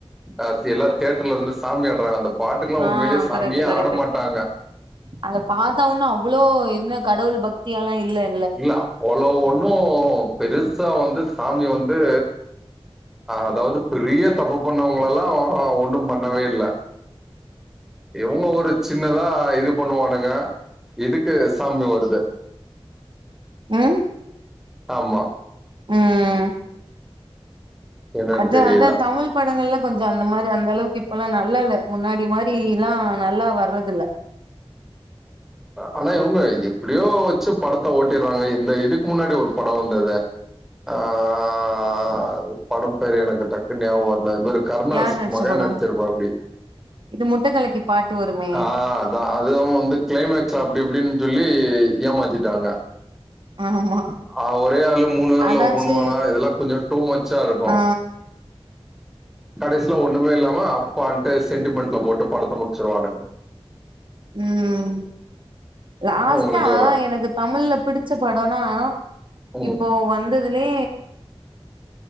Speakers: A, in the centre; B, on the right.
A: அ சில தேட்டர்லருந்து சாமி ஆட்றாங்க அந்த பாட்டுக்கல்லா
B: ஆ
A: உண்மையிலயே சாமியே
B: கரெக்ட் கரெக்ட்
A: ஆட மாட்டாங்க
B: அத பாத்த ஒன்னு அவ்ளோ என்ன கடவுள் பக்தியால்லா இல்ல
A: இல்ல அவ்வளோ ஒண்ணு பெருசா வந்து சாமி வந்து அதாவது பெரிய தப்பு பண்ணவங்கள்லல்லா ஒண்ணு பண்ணவே இல்ல இவுங்க ஒரு சின்னதா இது பண்ணுவானுங்க இதுக்கு சாமி வருது
B: அ
A: ஆமா
B: ம்
A: என்னன்னு
B: அதா
A: தெரியல
B: அதா தமில் தமிழ் படங்கள்ல கொஞ்ச அந்த மாரி அந்த அளவுக்கு இப்பெல்லா நல்லா இல்ல முன்னாடி மாரிலா நல்லா வர்றது இல்ல
A: ஆனா இவுங்க எப்டியோ வச்சு படத்த ஓட்டிறாங்க இந்த இதுக்கு முன்னாடி ஒரு படோ வந்ததே ஆ ஆ ஆ ஆ ஆ ஆ படம் பேரு எனக்கு டக்கு ஞாபோ வரல இவுரு கருணாஸ்
B: யார் நடிச்ச
A: மகன்
B: படோ
A: நடிச்சிருப்பாப்டி
B: இது முட்ட கலக்கி பாட்டு வருமே
A: ஆ ஆ அதுவு வந்து கிளைமேக்ஸ் அப்டி இப்டின்னு சொல்லி ஏமாத்திட்டாங்க
B: ஆமா
A: ஆ ஒரே ஆளு மூணு பேர
B: அதாச்சு
A: லவ் பண்ணுவானா இதெல்லா கொஞ்சோ டூ மச்சா இருக்கு
B: ஆ
A: கடைசியில ஒண்ணுமே இல்லாம அப்பான்ட்டு சென்டிமெண்ட்ல போட்டு படத்த முடிச்சுடுவானுங்க
B: ம் லாஸ்ட்டா
A: உங்களுக்கு
B: எனக்கு தமிழ்ல்ல பிடிச்ச படோனா
A: ம்
B: இப்போ வந்ததுலே